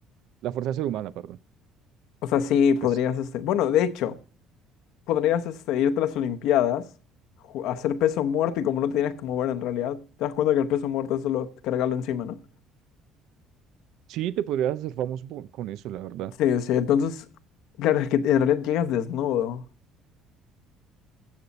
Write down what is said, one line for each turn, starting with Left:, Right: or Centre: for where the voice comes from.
Right: la fuerza sobrehumana, perdón.
Left: O sea, sí, podrías,
Right: Pues
Left: este, bueno, de hecho, podrías, este, irte a las Olimpiadas, ju- hacer peso muerto y como no te tienes que mover en realidad, te das cuenta que el peso muerto es solo cargarlo encima, ¿no?
Right: sí, te podrías hacer famoso po- con eso, la verdad.
Left: Sí, sí, entonces, claro, es que en realidad llegas desnudo,